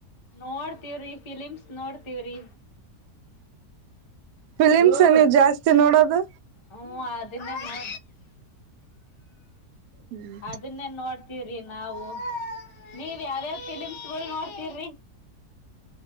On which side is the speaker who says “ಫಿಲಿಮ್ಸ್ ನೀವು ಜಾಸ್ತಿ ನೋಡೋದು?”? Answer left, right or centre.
Right